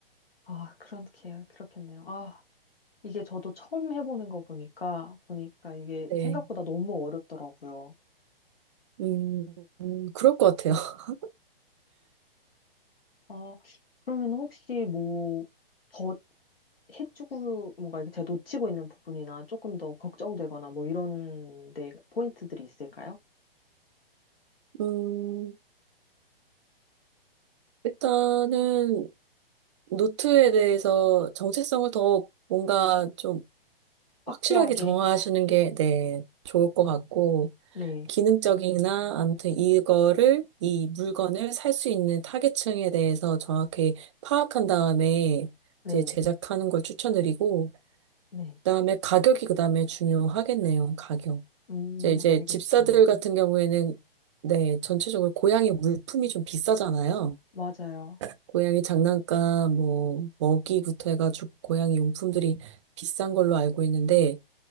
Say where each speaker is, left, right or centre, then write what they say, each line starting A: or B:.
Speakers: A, on the left; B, on the right.
A: 아, 그렇게, 그렇겠네요. 아, 이게 저도 처음 해보는 거 보니까, 보니까 이게
B: 네.
A: 생각보다 너무 어렵더라고요.
B: 음, 음, 그럴 것 같아요. <laughs>
A: 어, 그러면 혹시 뭐, 더 해주고, 뭔가 이렇게 제가 놓치고 있는 부분이나 조금 더 걱정되거나 뭐 이런 데 포인트들이 있을까요?
B: 음, 일단은 노트에 대해서 정체성을 더 뭔가 좀
A: 확고하게.
B: 확실하게 정하시는 게, 네, 좋을 것 같고,
A: 네,
B: 기능적이나 아무튼 이거를, 이 물건을 살 수 있는 타겟층에 대해서 정확히 파악한 다음에
A: 네,
B: 이제 제작하는 걸 추천드리고,
A: 네.
B: 그다음에 가격이 그다음에 중요하겠네요. 가격.
A: 음,
B: 이제 이제
A: 알겠습니다.
B: 집사들 같은 경우에는 네, 전체적으로 고양이 물품이 좀 비싸잖아요.
A: 맞아요.
B: 고양이 장난감, 뭐 먹이부터 해가지고 고양이 용품들이 비싼 걸로 알고 있는데